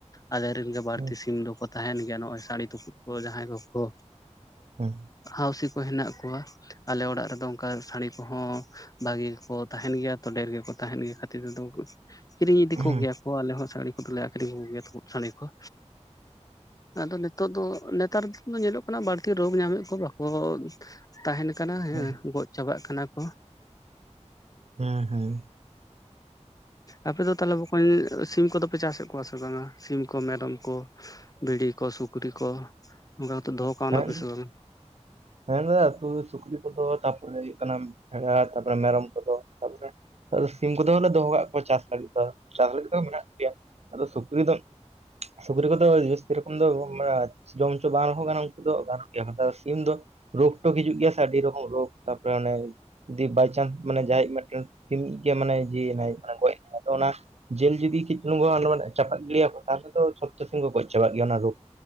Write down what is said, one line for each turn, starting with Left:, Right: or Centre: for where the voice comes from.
Left: ᱟᱞᱮᱨᱮᱱ ᱵᱟᱹᱲᱛᱤ
Right: ᱦᱩᱸ
Left: ᱥᱤᱢ ᱫᱚᱠᱚ ᱛᱟᱦᱮᱱ ᱜᱮᱭᱟ ᱱᱚᱜ-ᱚᱭ ᱥᱟᱹᱲᱤ ᱛᱩᱯᱩᱫ ᱠᱚ ᱡᱟᱦᱟᱸᱭ ᱠᱚᱠᱚ
Right: ᱦᱩᱸ
Left: ᱦᱟᱣᱥᱤ ᱦᱮᱱᱟᱜ ᱠᱚᱣᱟ ᱟᱞᱮ ᱚᱲᱟᱜ ᱨᱮᱫᱚ ᱚᱱᱠᱟ ᱥᱟᱹᱲᱤ ᱠᱚᱦᱚᱸ ᱵᱷᱟᱜᱤ ᱜᱮᱠᱚ ᱛᱟᱦᱮᱱ ᱜᱮᱭᱟ ᱛᱚ ᱰᱷᱮᱨ ᱜᱮᱠᱚ ᱛᱟᱦᱮᱱ ᱜᱮᱭᱟ ᱠᱷᱟᱹᱛᱤᱨ ᱠᱤᱨᱤᱧ ᱤᱫᱤ
Right: ᱦᱩᱸ
Left: ᱠᱚᱜᱮᱭᱟᱠᱚ ᱟᱞᱮ ᱦᱚᱸ ᱥᱟᱹᱲᱤ ᱠᱚᱫᱚᱞᱮ ᱟᱠᱷᱨᱤᱧ ᱠᱚᱜᱮᱭᱟ ᱛᱩᱯᱚᱫ ᱥᱟᱹᱰᱤ ᱠᱚ᱾ ᱟᱫᱚ ᱱᱤᱛᱚᱜ ᱫᱚ ᱱᱮᱛᱟᱨ ᱫᱚ ᱧᱮᱞᱚᱜ ᱠᱟᱱᱟ ᱵᱟᱹᱲᱛᱤ ᱨᱳᱜᱽ ᱧᱟᱢᱮᱫ ᱠᱚ ᱵᱟᱠᱚ ᱛᱟᱦᱮᱱ ᱠᱟᱱᱟ ᱦᱮᱸ
Right: ᱦᱩᱸ
Left: ᱜᱚᱡ ᱪᱟᱵᱟᱜ ᱠᱟᱱᱟ ᱠᱚ᱾
Right: ᱦᱮᱸ ᱦᱮᱸ᱾
Left: ᱟᱯᱮ ᱫᱚ ᱛᱟᱦᱚᱞᱮ ᱵᱚᱠᱚᱧ ᱥᱤᱢ ᱠᱚᱫᱚ ᱯᱮ ᱪᱟᱥᱮᱫ ᱠᱚᱣᱟ ᱥᱮ ᱵᱟᱝᱟ ᱥᱤᱢ ᱠᱚ ᱢᱮᱨᱚᱢ ᱠᱚ ᱵᱷᱤᱲᱤ ᱠᱚ ᱥᱩᱠᱨᱤ ᱠᱚ ᱚᱱᱠᱟ ᱫᱚᱦᱚ ᱠᱟᱣᱱᱟ
Right: ᱦᱮᱸ
Left: ᱯᱮ ᱥᱮ ᱵᱟᱝ
Right: ᱦᱮᱸ ᱫᱟᱫᱟ ᱛᱚ ᱥᱩᱠᱨᱤ ᱠᱚᱫᱚ ᱛᱟᱯ ᱚᱱᱮ ᱦᱩᱭᱩᱜ ᱠᱟᱱᱟ ᱵᱷᱮᱲᱟ ᱛᱟᱯᱚᱨᱮ ᱢᱮᱨᱚᱢ ᱠᱚᱫᱚ᱾ ᱛᱟᱯᱚᱨᱮ ᱥᱤᱢ ᱠᱚᱫᱚ ᱦᱚᱞᱮ ᱫᱚᱦᱚ ᱠᱟᱜ ᱠᱚᱣᱟ ᱪᱟᱥ ᱞᱟᱹᱜᱤᱫ ᱫᱚ ᱪᱟᱥ ᱞᱟᱹᱜᱤᱫ ᱫᱚ ᱢᱮᱱᱟᱜ ᱜᱮᱭᱟ᱾ ᱟᱫᱚ ᱥᱩᱠᱨᱤ ᱫᱚ ᱥᱩᱠᱨᱤ ᱠᱚᱫᱚ ᱡᱟᱹᱥᱛᱤ ᱨᱚᱠᱚᱢ ᱫᱚ ᱡᱚᱢ ᱦᱚᱪᱚ ᱵᱟᱝ ᱨᱮᱦᱚᱸ ᱫᱚ ᱜᱟᱱᱚᱜ ᱜᱮᱭᱟ ᱥᱤᱢ ᱫᱚ ᱨᱳᱜ ᱴᱳᱜ ᱦᱤᱡᱩᱜ ᱜᱮᱭᱟ ᱥᱮ ᱟᱹᱰᱤ ᱨᱚᱠᱚᱢ ᱨᱳᱜ ᱛᱟᱯᱚᱨᱮ ᱚᱱᱮ ᱡᱩᱫᱤ ᱵᱟᱭᱪᱟᱱᱥ ᱢᱟᱱᱮ ᱡᱟᱦᱟᱸᱭᱤᱡ ᱢᱤᱫᱴᱮᱱ ᱥᱤᱢᱤᱡ ᱜᱮ ᱢᱟᱱᱮ ᱡᱤᱣᱤ ᱮᱱᱟᱭ ᱜᱚᱡ ᱮᱱᱟᱭ ᱟᱫᱚ ᱚᱱᱟ ᱡᱮᱞ ᱡᱩᱫᱤ ᱠᱮᱪ ᱪᱩᱞᱩᱝ ᱠᱚ <unintelligible> ᱪᱟᱯᱟᱫ ᱜᱤᱰᱤᱭᱟᱠᱚ ᱛᱟᱦᱚᱞᱮ ᱫᱚ ᱡᱷᱚᱛᱟ ᱥᱤᱢ ᱠᱚ ᱜᱚᱡ ᱪᱟᱵᱟᱜ ᱜᱮᱭᱟ ᱚᱱᱟ ᱨᱳᱜ